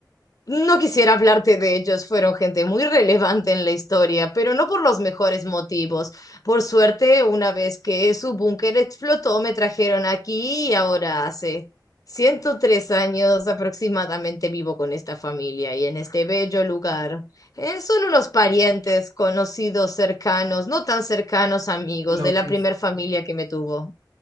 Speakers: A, on the left; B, on the right.
A: No quisiera hablarte de ellos, fueron gente muy relevante en la historia, pero no por los mejores motivos. Por suerte, una vez que su búnker explotó, me trajeron aquí y ahora hace 103 años aproximadamente vivo con esta familia y en este bello lugar. Eh, son unos parientes, conocidos, cercanos, no tan cercanos, amigos
B: Lo
A: de
B: que
A: la primer
B: es...
A: familia que me tuvo.